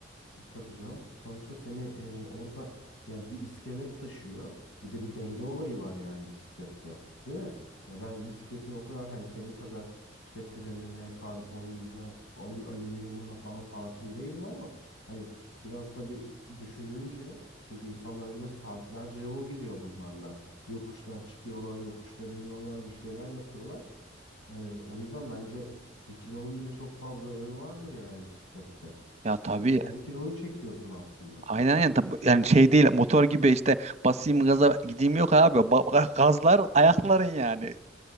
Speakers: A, on the left; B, on the right.
A: Tabii canım. Sonuçta seni e, orada yani bir iskelet taşıyor. Bir de bir denge olayı var yani bisiklette. Değil mi? Ya ben bisikletin o kadar hani senin kadar işte frenine, karbonuna, am- alüminyumuna falan hakim değilim ama hani biraz da bir düşününce çünkü insanlar bir de saatlerce yol gidiyor bunlarla. Yokuşlar çıkıyorlar, yokuşlar iniyorlar, bir şeyler yapıyorlar. Ee, o yüzden bence bir kilonun bile çok fazla önemi vardır yani bisiklette.
B: Ya tabii
A: Çünkü kendi kilonu çekiyorsun aslında.
B: aynen aynen Tab- yani şey değil motor gibi işte basayım gaza gideyim yok abi ba- gazlar ayakların yani